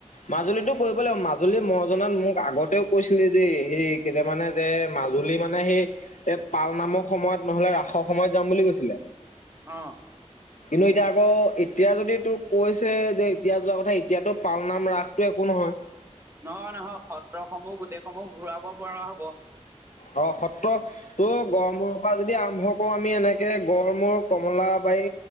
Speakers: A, on the left; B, on the right.
A: মাজুলীতটো কৰিব লাগিব, মাজুলী মৰ জনাত মোক আগতেও কৈছিলে যে এইেই কেতিয় মানে, যে মাজুলী মানে সেই এই পাল নামৰ সময়ত নহলে ৰাসৰ সময়ত যাম বুলি কৈছিলে
B: অঁ।
A: কিন্তু এতিয়া আকৌ এতিয়া যদি তোক কৈছে যে এতিয়া যোৱা কথা এতিয়াতো পালনাম ৰাসটো একো নহয়
B: নহয় নহয়, সত্ৰসমূহ গোটেই সমূহ ঘূৰাব পৰা হ'ব।
A: অঁ, সত্ৰ তটো গৰমূৰ পৰা যদি আৰম্ভ আকৌ আমি এনেকে গড় মূৰ কমলা বাৰি